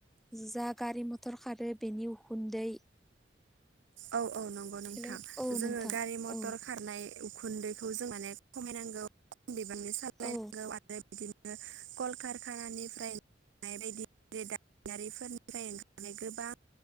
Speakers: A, in the centre; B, on the right.
A: जा गारि मथर खारो बेनि उखुन्दै
B: औ औ नंगौ नोंथां
A: हेलौ औ
B: जोङो
A: नोंथां
B: गारि मथर
A: औ
B: खारनाय उखुन्दैखौ जों माने खमायनांगौ खम बिबांनि सालायनांगौ
A: औ
B: आरो बिदिनो कलकारखाना निफ्राय नाय बायदि दामारिफोरनिफ्राय ओंखारनाय गोबां